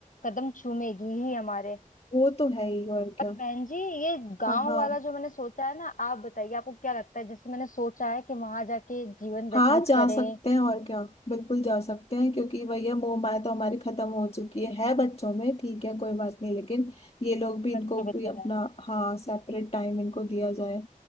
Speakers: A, on the left (about 70°); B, on the left (about 45°).
A: कदम चूमेगी ही हमारे
B: वो तो है ही और क्या
A: पर बहन जी ये गांव
B: हाँ हाँ
A: वाला जो मैंने सोचा है ना आप बताइए आपको क्या लगता है जैसे मैंने सोचा है कि वहां जाके जीवन
B: हाँ
A: व्यतीत
B: जा
A: करें
B: सकते हैं और क्या बिल्कुल जा सकते हैं क्योंकि वही है मोह माया तो हमारी खत्म हो चुकी है है बच्चों में ठीक है कोई बात नहीं लेकिन ये लोग भी इनको
A: बच्चों बच्चों
B: भी अपना
A: है
B: हाँ सेपरेट टाइम इनको दिया जाए